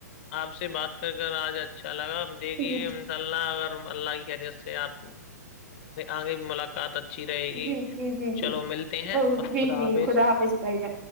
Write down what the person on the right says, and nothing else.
جی
جی جی جی
جی
جی
جی
حافظ بھائی جان